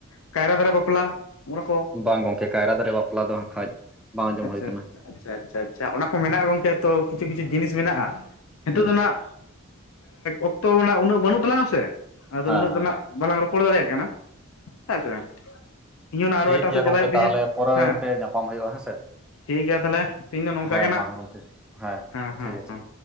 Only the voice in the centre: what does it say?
ᱵᱟᱝ ᱜᱚᱝᱠᱮ ᱠᱟᱭᱨᱟ ᱫᱟᱨᱮ ᱵᱟᱯᱞᱟ ᱫᱚ ᱦᱟᱸᱜ ᱠᱷᱟᱡ ᱵᱟᱝ ᱟᱸᱡᱚᱢ
ᱦᱩᱭ ᱠᱟᱱᱟ᱾
ᱦᱩᱸ
ᱦᱮᱸ
ᱦᱮᱸ
ᱴᱷᱤᱠ
ᱜᱮᱭᱟ
ᱜᱚᱝᱠᱮ
ᱛᱟᱦᱚᱞᱮ ᱯᱚᱨᱮ
ᱛᱮ ᱧᱟᱯᱟᱢ ᱦᱩᱭᱩᱜᱼᱟ ᱦᱮᱸᱥᱮ
ᱦᱮᱸ
ᱢᱟ ᱜᱚᱝᱠᱮ
ᱴᱷᱤᱠ
ᱟᱪᱷᱮ